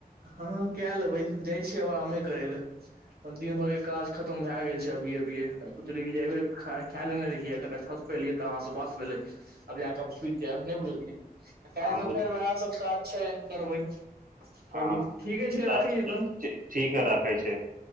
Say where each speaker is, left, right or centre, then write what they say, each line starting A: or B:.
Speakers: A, on the right; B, on the right.
A: हँ कए लेबै जाइ छियै अब आरामे करे ले दिन भर के काज खतम भए गेल छै अभी अभिय सोचलियै जे एबे खाय लेने रहियै कनि छत पर एलियै तऽ अहाँ से बात भेलै आब जाकऽ सुूति जायब नहि बुझलियै काल्
B: हँ
A: तऽ फेर वएह सब करबै चलू
B: हँ्
A: ठीके छै राखै छियै तब
B: ठीक हइ राखै छै